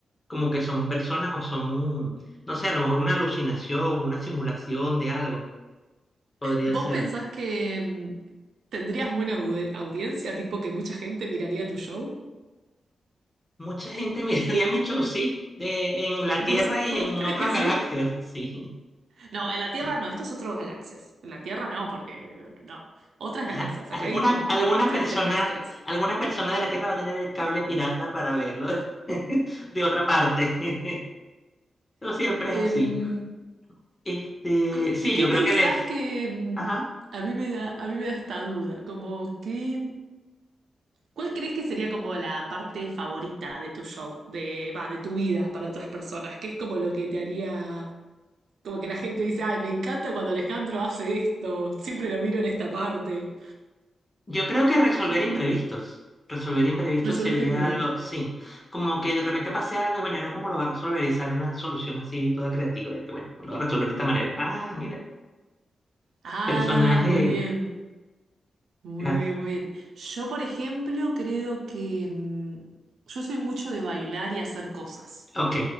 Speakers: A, on the left; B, on the right.
A: como que son personas o son, no sé, a lo mejor una alucinación, una simulación de algo. Podría
B: ¿Vos
A: ser.
B: pensás que mm, tendrías buena audi- audiencia, tipo que mucha gente miraría tu show?
A: Mucha gente <laughs> miraría mi show, sí, de, en la
B: ¿Vos,
A: Tierra y
B: vos
A: en
B: crees
A: otras
B: que sí?
A: galaxias, <laughs> sí.
B: No, en la Tierra
A: Eh,
B: no, esto es otro galaxias. En la Tierra no, porque no, no. Otras
A: Ajá.
B: galaxias,
A: Alguna,
B: acá hay como
A: alguna
B: extraterrestres.
A: persona, alguna persona de la Tierra va a tener el cable pirata para verlo <laughs> de otra parte. <laughs> No siempre
B: Em,
A: es así. Este,
B: ¿qué
A: sí,
B: qué
A: yo
B: pensás
A: creo que les,
B: que em,
A: ajá,
B: a mí me da, a mí me da esta duda? Como que, ¿cuál crees que sería como la parte favorita de tu show, de, va, de tu vida para otras personas? ¿Qué es como lo que te haría, como que la gente dice, ay, me encanta cuando Alejandro hace esto, siempre lo miro en esta parte.
A: yo creo que resolver imprevistos. Resolver imprevistos
B: Resolver
A: sería
B: imprevistos.
A: algo, sí, como que de repente pase algo y bueno, ahora cómo lo va a resolver y sale una solución así toda creativa, de que bueno, lo va a resolver de esta manera. Ah, mira,
B: Ah,
A: personaje,
B: muy bien, muy
A: claro,
B: bien, muy bien. Yo, por ejemplo, creo que mm, yo soy mucho de bailar y hacer cosas.
A: ok.